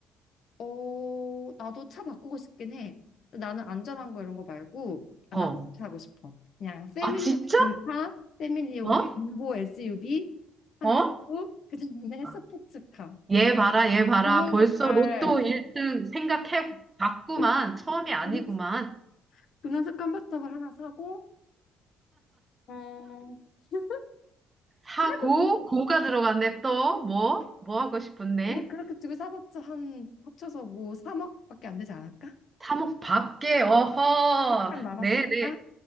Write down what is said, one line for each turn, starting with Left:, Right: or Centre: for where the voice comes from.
Left: 어, 나도 차 바꾸고 싶긴 해. 나는 안전한 거 이런 거 말고, 아,
Right: 어.
Left: 나 진짜 사고 싶어. 그냥 패밀리용
Right: 아, 진짜?
Left: 차, 패밀리용
Right: 어?
Left: 볼보 SUV 하나
Right: 어?
Left: 사고, 그 다음에
Right: 아,
Left: <laughs> 스포츠카.
Right: 얘 봐라, 얘 봐라.
Left: 분홍
Right: 벌써
Left: 색깔,
Right: 로또 1등 생각해 봤구만.
Left: <laughs>
Right: 처음이 아니구만.
Left: 분홍 분홍 색 깜바탑을 하나 사고, 어, <laughs>
Right: 사고,
Left: 그래도 뭐,
Right: 고가 들어갔네, 또. 뭐? 뭐 하고 싶은데?
Left: 근데 그렇게 두 개 사봤자 한 합쳐서 뭐 3억밖에 안 되지 않을까?
Right: 사목 밖에, 어허.
Left: 1억 남았으니까.
Right: 네, 네.